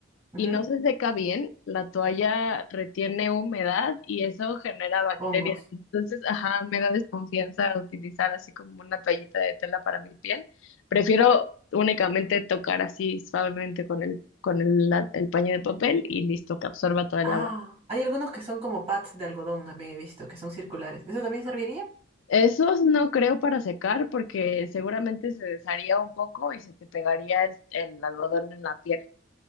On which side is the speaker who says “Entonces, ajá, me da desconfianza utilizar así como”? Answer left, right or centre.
Left